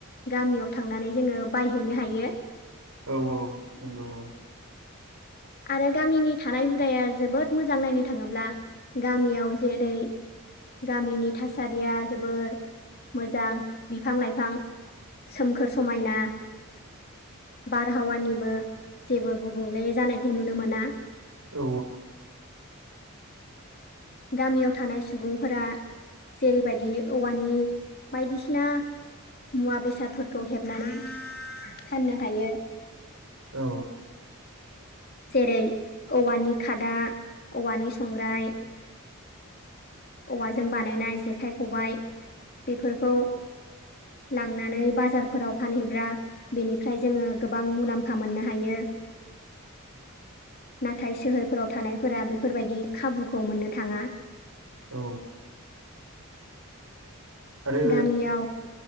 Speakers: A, on the left (about 45°); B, on the right (about 85°).
A: गामियाव थांनानै जोङो बायहैनो हायो।
B: औ औ नोंगौ औ।
A: आरो गामिनि थानाय हुदाया जोबोद मोजां नायनो थाङोब्ला। गामियाव जेरै गामिनि थासारिया जोबोर मोजां बिफां लाइफां सोमखोर समायना <inaudible> बारहावानिबो जेबो गुबुंले जानायखौ नुनो मोना।
B: औ
A: गामियाव थानाय सुबुंफोरा जेरैबायदि औवानि बायदिसिना मुवा बेसादफोरखौ हेबनानै फाननो हायो।
B: औ
A: जेरै औवानि खादा औवानि संग्राय औवाजों बानायनाय जेखाइ खबाय बेफोरखौ लांनानै बाजारफोराव फानहैब्रा बेनिफ्राय जोङो गोबां मुलाम्फा मोननो हायो।
B: <inaudible>
A: नाथाय सोहोरफोराव थानाय फोरा बेफोरबायदि खाबुखौ मोननो थाङा।
B: औ आरो
A: गामियाव